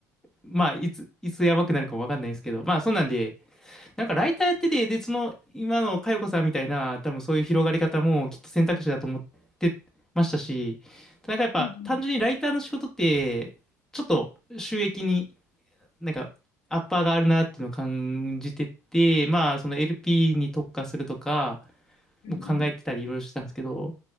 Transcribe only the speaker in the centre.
まあいつ、いつやばくなるかもわかんないですけどまあそんなんでなんかライターやっててでその今の佳代子さんみたいな多分そういう広がり方もきっと選択肢だと思ってましたしなんかやっぱ単純にライターの仕事ってちょっと収益に
なんか、アッパーがあるなっていうのを感じてて、まあ、その LP に特化するとか、
もう考えてたりいろいろしてたんですけど、